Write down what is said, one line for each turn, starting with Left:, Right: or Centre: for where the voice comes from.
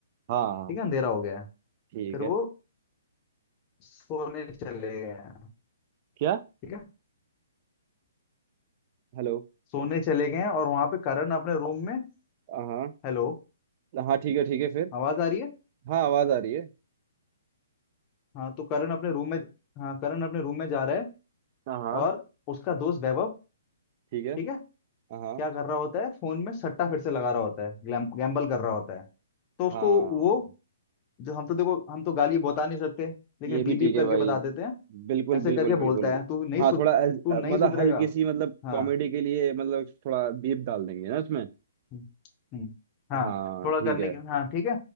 Right: हाँ
Left: ठीक है अंधेरा हो गया है
Right: ठीक
Left: फिर
Right: है
Left: वो सोने चले गए हैं
Right: क्या
Left: ठीक है
Right: हेलो
Left: सोने चले गए हैं और वहां पे करण अपने रूम में
Right: हाँ
Left: हेलो
Right: हाँ ठीक है ठीक है फिर
Left: आवाज आ रही है
Right: हाँ आवाज आ रही है
Left: हाँ तो करण अपने रूम में हाँ करण अपने रूम में जा रहा है
Right: हाँ
Left: और उसका दोस्त वैभव
Right: ठीक है
Left: ठीक है
Right: हाँ
Left: क्या कर रहा होता है फोन में सट्टा फिर से लगा रहा होता है गैम्बल कर रहा होता है तो उसको
Right: हाँ
Left: वो जो हम तो देखो हम तो गाली बता नहीं सकते लेकिन
Right: ये
Left: बीप
Right: भी ठीक
Left: बीप
Right: है
Left: करके
Right: भाई
Left: बता देते हैं
Right: बिल्कुल
Left: ऐसे
Right: बिल्कुल
Left: करके बोलता
Right: बिल्कुल
Left: है तू नहीं
Right: हाँ
Left: सुध
Right: थोड़ा ऐस-
Left: तू
Right: मतलब
Left: नहीं सुधरेगा
Right: हल्की सी मतलब
Left: हाँ
Right: कॉमेडी के लिए मतलब थोड़ा बीप डाल देंगे ना उसमें
Left: हम्म, हम्म, हाँ
Right: हाँ
Left: थोड़ा
Right: ठीक
Left: करने
Right: है
Left: के हाँ ठीक है